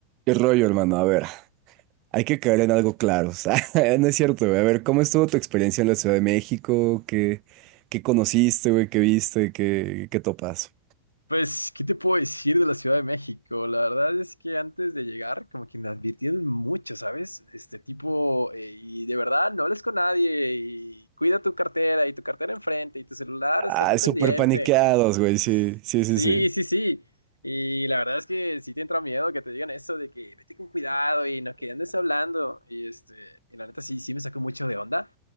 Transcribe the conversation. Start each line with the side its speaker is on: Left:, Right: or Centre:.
Right: ¿Qué rollo, hermano? A ver, hay que caer en algo claro, o sea, <laughs> no es cierto, güey. A ver, ¿cómo estuvo tu experiencia en la Ciudad de México? ¿Qué, qué conociste, güey? ¿Qué viste? ¿Qué, qué topas?
Left: Pues, ¿qué te puedo decir de la Ciudad de México? La verdad es que antes de llegar, como que me advirtieron mucho, ¿sabes? Este tipo, eh, y de verdad, no hables con nadie, y cuida tu cartera, y tu cartera enfrente, y tu celular,
Right: Ah,
Left: estate pendiente.
Right: súper paniqueados, güey, sí,
Left: Es-
Right: sí,
Left: Sí,
Right: sí, sí.
Left: sí, sí. Y la verdad es que sí te entra miedo que te digan eso de que vete con cuidado y no que andes hablando. Y este, y la neta sí, sí me sacó mucho de onda.